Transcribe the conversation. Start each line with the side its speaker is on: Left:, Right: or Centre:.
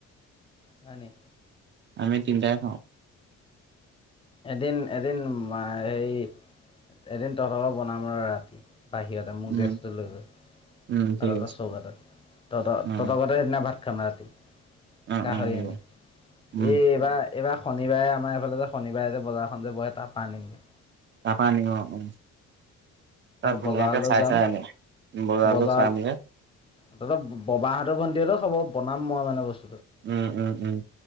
Left: হয় নি?
Right: আমি তিনিটাই খাওঁ।
Left: এদিন, এদিন মা হেয়ি এদিন তহঁতৰ বনাম ৰ ৰাতি। বাহিৰতে মোক
Right: উম,
Left: গেছটো লৈ গৈ <unintelligible>
Right: উম, ঠিক আছে
Left: চৌকাটোত তহঁতৰ
Right: অ',
Left: তহঁতৰ সেইদিনা ভাত খাম ৰাতি
Right: অ',
Left: গাহৰি
Right: অ', হ'ব
Left: আনি
Right: উম,
Left: এই এইবাৰ, এইবাৰ শনিবাৰে আমাৰ এইফালে শনিবাৰে যে, বজাৰখন যে, বহে তাৰ পা আনিম গে
Right: তাৰ পা আনিম অ', অ'। তাত ধুনীয়াকে
Left: বজাৰলৈ
Right: চাই
Left: যাম।
Right: চাই আনিম। বজাৰলৈ
Left: বজাৰ
Right: চাই মেলি
Left: তহঁতৰ ববাহঁতৰ ভণ্টিতক খাব বনাম মই মানে বস্তু
Right: উম, উম, উম।